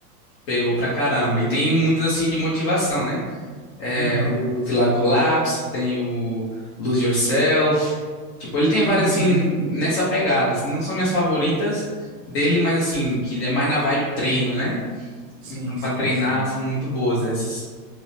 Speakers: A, on the left; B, on the right.
A: pegou pra caramba. E tem muitas, assim, de motivação, né? É,
B: Uhum.
A: o De La Collapse, tem o Lose Yourself. Tipo, ele tem várias,
B: Uhum.
A: assim, nessa pegada. assim, Não são minhas favoritas dele, mas, assim, que é mais na vibe treino, né?
B: Sim,
A: Então,
B: sim,
A: pra treinar,
B: sim.
A: são muito boas essas.